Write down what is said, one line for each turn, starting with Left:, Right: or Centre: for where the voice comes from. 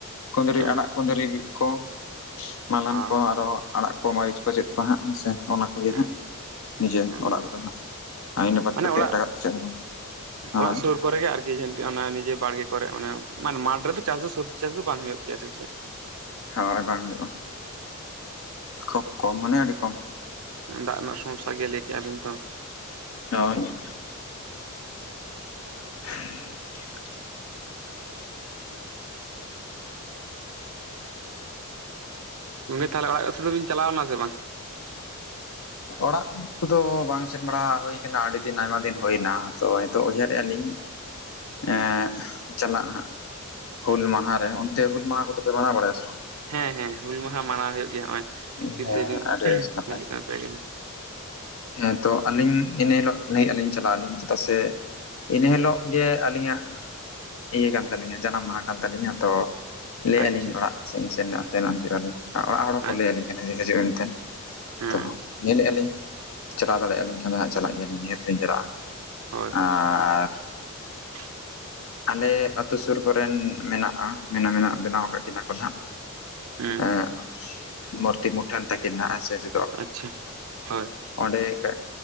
Left: ᱠᱩᱸᱫᱽᱨᱤ
Right: ᱦᱮᱸ
Left: ᱟᱲᱟᱜ ᱠᱩᱸᱫᱽᱨᱤ ᱠᱚ ᱢᱟᱞᱦᱟᱱ
Right: ᱚ
Left: ᱠᱚ ᱟᱨᱚ ᱟᱲᱟᱜ ᱠᱚ ᱢᱟᱹᱨᱤᱪ ᱠᱚ ᱪᱮᱫ ᱠᱚ ᱦᱟᱸᱜ ᱦᱮᱸᱥᱮ᱾ ᱚᱱᱟ ᱠᱚᱜᱮ ᱦᱟᱸᱜ
Right: ᱟᱪᱪᱷᱟ
Left: ᱱᱤᱡᱮᱨ
Right: ᱦᱩᱸ
Left: ᱚᱲᱟᱜ ᱨᱮᱫᱚ ᱦᱟᱸᱜ ᱟᱹᱭᱤᱱ ᱟᱵᱟᱫ
Right: ᱢᱟᱱᱮ
Left: ᱠᱟᱛᱮᱫ
Right: ᱚᱲᱟᱜ
Left: ᱮᱴᱟᱜᱟᱜ ᱫᱚ ᱪᱮᱫ ᱦᱚᱸ ᱵᱟᱝ, ᱦᱳᱭ
Right: ᱚᱲᱟᱜ ᱥᱩᱨ, ᱠᱚᱨᱮ ᱜᱮ ᱟᱨᱠᱤ ᱡᱷᱱᱴᱤ ᱚᱱᱟ ᱱᱤᱡᱮ ᱵᱟᱲᱜᱮ ᱠᱚᱨᱮ ᱚᱱᱮ ᱢᱟᱱᱮ ᱢᱟᱴ ᱨᱮᱫᱚ ᱪᱟᱥ ᱫᱚ ᱥᱚᱵᱽᱡᱤ ᱪᱟᱥ ᱫᱚ ᱵᱟᱝ ᱦᱩᱭᱩᱜ ᱜᱮᱭᱟ ᱥᱮ ᱪᱮᱫ
Left: ᱦᱳᱭ ᱵᱟᱝ ᱦᱩᱭᱩᱜᱼᱟ ᱠᱷᱩᱵ ᱠᱚᱢ ᱢᱟᱱᱮ ᱟᱹᱰᱤ ᱠᱚᱢ᱾
Right: ᱫᱟᱜᱽ ᱨᱮᱱᱟᱜ ᱥᱚᱢᱚᱭᱥᱟ ᱜᱮ ᱞᱟᱹᱭ ᱠᱮᱜᱼᱟ ᱵᱤᱱ ᱛᱚ
Left: ᱦᱳᱭ <inaudible>
Right: ᱜᱚᱝᱠᱮ ᱛᱟᱦᱚᱞᱮ ᱚᱲᱟᱜ ᱥᱮ ᱫᱚ ᱵᱤᱱ ᱪᱟᱞᱟᱣ ᱞᱮᱱᱟ ᱥᱮ ᱵᱟᱝ?
Left: ᱚᱲᱟᱜ ᱠᱚᱫᱚ ᱵᱟᱝ ᱥᱮᱱ ᱵᱟᱲᱟ ᱦᱳᱭ ᱠᱟᱱᱟ ᱟᱹᱰᱤ ᱫᱤᱱ ᱟᱭᱢᱟ ᱫᱤᱱ ᱦᱳᱭᱱᱟ ᱛᱚ ᱱᱤᱛᱚᱜ ᱩᱭᱦᱟᱹᱨᱮ ᱟᱹᱞᱤᱧ᱾ ᱮᱸ ᱪᱟᱞᱟᱜ ᱦᱟᱸᱜ, ᱦᱩᱞ ᱢᱟᱦᱟᱸ ᱨᱮ ᱚᱱᱛᱮ ᱦᱩᱞ ᱢᱟᱦᱟᱸ ᱠᱚᱫᱚᱯᱮ ᱢᱟᱱᱟᱣ ᱵᱟᱲᱟᱭᱟ ᱥᱮ ᱵᱟᱝ?
Right: ᱦᱮᱸ ᱦᱮᱸ ᱦᱩᱞ ᱢᱟᱦᱟᱸ ᱢᱟᱱᱟᱣ ᱦᱩᱭᱩᱜ ᱜᱮᱭᱟ ᱦᱸᱚᱜᱼᱚᱭ
Left: ᱦᱮᱸ
Right: ᱛᱤᱨᱤᱥᱮ ᱡᱩᱱ
Left: ᱟᱹᱰᱤ ᱱᱟᱯᱟᱭ
Right: ᱦᱤᱡᱩᱜ ᱠᱟᱱᱟ ᱯᱮᱜᱮᱞ,
Left: ᱦᱮᱸ ᱛᱚ ᱟᱹᱞᱤᱧ ᱤᱱᱹ ᱦᱤᱞᱳᱜ ᱞᱟᱹᱭ ᱟᱹᱞᱤᱧ ᱪᱟᱞᱟᱜ ᱟᱹᱞᱤᱧ ᱪᱮᱫᱟᱜ ᱥᱮ ᱤᱱᱟᱹ ᱦᱤᱞᱳᱜ ᱜᱮ ᱟᱹᱞᱤᱧᱟᱜ ᱤᱭᱟᱹ ᱠᱟᱱ ᱛᱟᱞᱤᱧᱟ ᱡᱟᱱᱟᱢ ᱢᱟᱦᱟᱸ ᱠᱟᱱ ᱛᱟᱞᱤᱧᱟ ᱛᱚ, ᱞᱟᱹᱭ ᱮᱜᱼᱟ
Right: ᱟᱪᱪᱷᱟ
Left: ᱟᱹᱞᱤᱧ ᱚᱲᱟᱜ ᱥᱮᱱ ᱥᱮᱱ ᱧᱚᱜ ᱦᱚᱪᱚᱱᱚᱜ ᱦᱤᱡᱩᱜ ᱟᱹᱞᱤᱧ ᱟᱨ ᱚᱲᱟᱜ ᱦᱚᱲ ᱦᱚᱸᱠᱚ
Right: ᱟᱪᱪᱷᱟ
Left: ᱞᱟᱹᱭ ᱟᱹᱞᱤᱧ ᱠᱟᱱᱟ ᱡᱮ ᱦᱤᱡᱩᱜ ᱢᱮ ᱢᱮᱱᱛᱮᱱ,
Right: ᱦᱮᱸ
Left: ᱛᱚ ᱧᱮᱞ ᱞᱮᱜᱼᱟ ᱞᱤᱧ᱾ ᱪᱟᱞᱟᱣ ᱫᱟᱲᱮᱭᱟᱜᱼᱟ ᱞᱤᱧ ᱠᱷᱟᱱ ᱫᱚ ᱦᱟᱸᱜ ᱪᱟᱞᱟᱜ ᱜᱮᱭᱟᱞᱤᱧ ᱱᱤᱦᱟᱹᱛᱤ ᱞᱤᱧ ᱪᱟᱞᱟᱜᱼᱟ
Right: ᱦᱳᱭ ᱦᱳᱭ
Left: ᱟᱨᱻ
Right: <inaudible>
Left: ᱟᱞᱮ ᱟᱹᱛᱩ ᱥᱩᱨ ᱠᱚᱨᱮᱱ ᱢᱮᱱᱟᱜᱼᱟ ᱢᱮᱱᱟ ᱢᱮᱱᱟᱜ ᱵᱮᱱᱟᱣ ᱟᱠᱟᱫ ᱠᱤᱱᱟ ᱠᱚ ᱱᱟᱦᱟᱸᱜ,
Right: ᱦᱩᱸ
Left: ᱮᱸᱜ ᱢᱩᱨᱛᱤ ᱢᱩᱴᱷᱟᱹᱱ ᱛᱟᱹᱠᱤᱱ ᱱᱷᱟᱜ ᱦᱮᱸ ᱥᱮ ᱥᱤᱫ-
Right: ᱟᱪᱪᱷᱟ ᱦᱳᱭ᱾
Left: ᱚᱸᱰᱮ ᱠᱟᱜ